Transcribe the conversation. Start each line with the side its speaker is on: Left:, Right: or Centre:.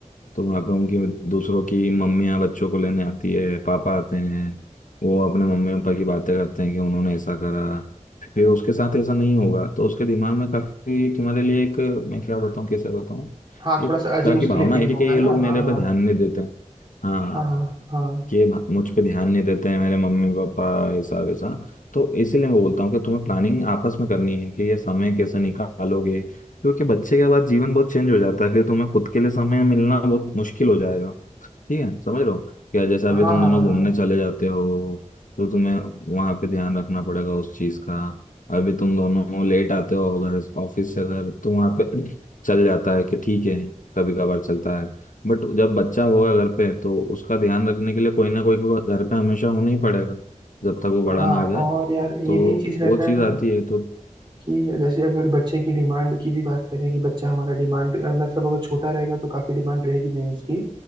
Left: तो वहाँ पे उनकी दूसरों की मम्मियाँ बच्चों को लेने आती है पापा आते हैं वो अपने मम्मी पापा की बातें करते हैं कि उन्होंने ऐसा करा फिर उसके साथ ऐसा नहीं होगा तो उसके दिमाग में काफी तुम्हारे लिए एक मैं क्या बताऊँ कैसे बताऊँ
Right: हाँ
Left: एक
Right: थोड़ा सा अजीब
Left: तरह
Right: उसके
Left: की भावना
Right: लिए फीलिंग
Left: है कि,
Right: होगा
Left: कि ये
Right: ना
Left: लोग मेरे
Right: हाँ हाँ
Left: पे ध्यान नहीं देते हाँ
Right: हाँ हाँ हाँ
Left: कि मुझ पे ध्यान नहीं देते हैं मेरे मम्मी पापा ऐसा वैसा तो इसीलिए मैं बोलता हूँ कि तुम्हें प्लानिंग आपस में करनी है कि ये समय कैसे निकालोगे क्योंकि बच्चे के बाद जीवन बहुत चेंज हो जाता है फिर तुम्हें खुद के लिए समय मिलना बहुत मुश्किल हो जाएगा ठीक है समझ लो या जैसे अभी
Right: हाँ
Left: तुम
Right: हाँ
Left: दोनों
Right: हाँ
Left: घूमने चले जाते हो तो तुम्हें वहाँ पे ध्यान रखना पड़ेगा उस चीज़ का अभी तुम दोनों लेट आते हो घर ऑफिस से घर तो वहाँ पे <clears throat> चल जाता है कि ठीक है कभी कभार चलता है बट जब बच्चा होगा घर पे तो उसका ध्यान रखने के लिए कोई ना कोई को घर पे हमेशा होना ही पड़ेगा जब तक वो बड़ा
Right: हाँ
Left: ना हो जाए
Right: और यार ये
Left: तो
Right: भी एक चीज रहता
Left: वो
Right: है
Left: चीज
Right: ना
Left: आती है तो हम्म,
Right: कि जैसे अगर बच्चे की डिमांड की भी बात करें कि बच्चा हमारा डिमांड मतलब अगर छोटा रहेगा तो काफी डिमांड रहेगी नहीं उसकी